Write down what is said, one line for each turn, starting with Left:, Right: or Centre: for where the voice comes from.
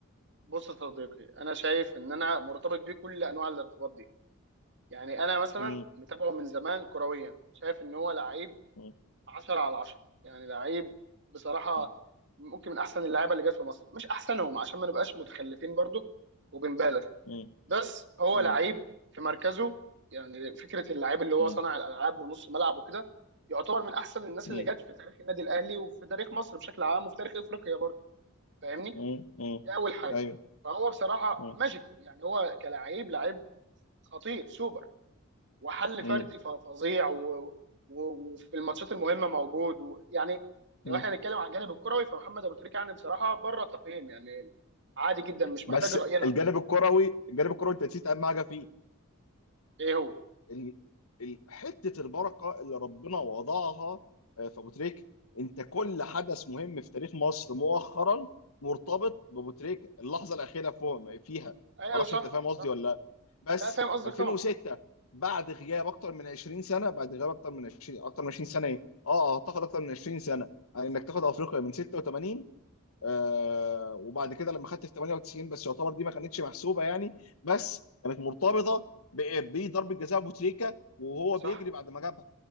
Right: بص يا صديقي انا شايف ان انا مرتبط بيه كل انواع الارتباط دي يعني انا مثلا
Left: مم.
Right: متابعه من زمان كرويا شايف ان هو لعيب
Left: مم.
Right: 10 على 10 يعني لعيب بصراحه
Left: مم.
Right: ممكن من احسن اللعيبه اللي جت في مصر مش احسنهم عشان ما نبقاش متخلفين برضو وبنبالغ
Left: مم.
Right: بس هو
Left: مم.
Right: لعيب في مركزه يعني فكره اللعيب اللي هو
Left: مم.
Right: صانع الالعاب ونص ملعب وكده يعتبر من احسن الناس
Left: مم.
Right: اللي جت في تاريخ النادي الاهلي وفي تاريخ مصر بشكل عام وفي تاريخ افريقيا برضو فاهمني
Left: مم. مم.
Right: دي اول حاجه
Left: ايوه
Right: فهو بصراحه
Left: مم.
Right: ماجيكو يعني هو كلاعب لعيب خطير سوبر وحل
Left: مم.
Right: فردي ف- فظيع و... و... وفي الماتشات المهمه موجود و... يعني لو
Left: مم.
Right: احنا هنتكلم على الجانب الكروي فمحمد ابو تريكه يعني بصراحه بره التقييم يعني عادي جدا مش
Left: بس
Right: محتاج راينا
Left: الجانب الكروي الجانب الكروي انت نسيت اهم حاجه فيه
Right: ايه هو
Left: ال... ال... حته البركه اللي ربنا وضعها آه، في ابو تريكه انت كل حدث مهم في تاريخ مصر مؤخرا مرتبط بابو تريكه اللحظه الاخيره فوق فيها
Right: ايوه
Left: ما اعرفش
Right: صح
Left: انت فاهم
Right: صح
Left: قصدي ولا لا بس
Right: لا فاهم قصدك
Left: 2006
Right: طبعا
Left: بعد غياب اكتر من 20 سنه بعد غياب اكتر من 20 اكتر من 20 سنه ايه اه اعتقد اكتر من 20 سنه يعني انك تاخد افريقيا من 86 آه وبعد كده لما خدت في 98 بس يعتبر دي ما كانتش محسوبه يعني بس كانت مرتبطه ب- بضربه جزاء بوتريكا وهو
Right: صح
Left: بيجري بعد ما جابها